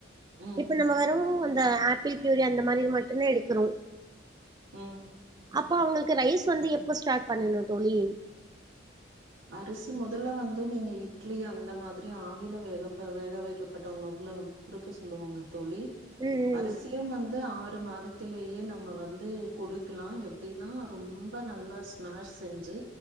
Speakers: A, on the right; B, on the right.
A: ம்,
B: இப்ப நம்ம வற வந்து இந்த ஆப்பிள் ப்யூரி அந்த மாரி மட்டு தா எடுக்றோ
A: உம்
B: அப்ப அவங்களுக்கு ரைஸ் வந்து எப்ப ஸ்டார்ட் பண்ணணு தோழி
A: அரிசி மொதல்ல வந்து நீங்க இட்லி அந்த மாதிரி ஆவில வேகப்ப வேக வைக்கப்பட்ட உணவுல வந்து குடுக்க சொல்லுவாங்க தோழி
B: ம்
A: அரிசியும் வந்து ஆறு மாத த்திலேயே நம்ம வந்து கொடுக்கலா எப்டின்னா ரொம்ப நல்லா ஸ்மாஷ் செஞ்சு